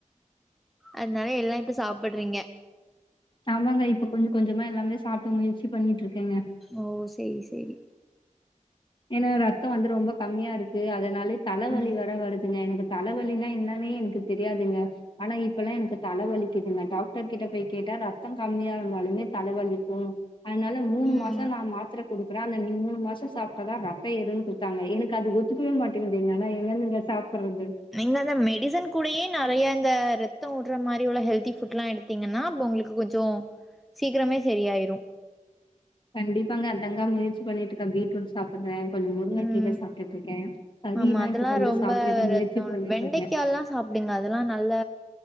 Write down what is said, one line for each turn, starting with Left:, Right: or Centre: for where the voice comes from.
Centre: அதனால எல்லா இப்ப சாப்டுறீங்க
Left: ஆமாங்க இப்ப கொஞ்ச கொஞ்சமா எல்லாமே சாப்ட்டு முயற்சி பண்ணிட்டு இருக்கேங்க
Centre: ஒ சேரி சேரி
Left: என்ன ரத்தம் வந்து ரொம்ப கம்மியா இருக்கு அதனாலய தலவலி
Centre: ம்
Left: வேற வருதுங்க எனக்கு தலவலினா என்னானே எனக்கு தெரியாதுங்க ஆனா இப்ப எல்லா எனக்கு தலைவலிக்குதுங்க டாக்டர் கிட்ட போயி கேட்டா ரத்தம் கம்மியா இருந்தாலுமே தல வலிக்கு அதனால மூணு
Centre: ம்
Left: மாசோ நா மாத்திரை குடுக்குறேன் அந்த மூணு மாசோ சாப்டு அதா ரத்தம் ஏறுன்னு குடுத்தாங்க எனக்கு அது ஒத்துக்கவே மாட்டுங்து ஆனா எங்கந்துருங்க சாப்டுறது
Centre: நீங்க அந்த மெடிசன் கூடயே நெறைய இந்த ரத்தம் விடுற மாரி உள்ள ஹெல்தி ஃபுட் எல்லா எடுத்து பாத்தீங்கன்னா அப்ப உங்களுக்கு கொஞ்சோ சீக்கிரமே செரியாயிடு
Left: கண்டிப்பாங்க அதங்க முயற்சி பண்ணிட்டுருக்க பீட்ரூட் சாப்ப சாப்டுறேன் கொஞ்சம் முருங்க
Centre: ம்
Left: கீர சாப்ட்டுட்டு இருக்கே கறினா
Centre: ஆமா அதெல்லா
Left: இப்ப கொஞ்சு
Centre: ரொம்ப
Left: சாப்ட்டு முயற்சி
Centre: ரத்தோ
Left: பண்ணிட்டு
Centre: வெண்டைக்கால்லா
Left: இருக்கே
Centre: சாப்டுங்க அதெல்லா நல்ல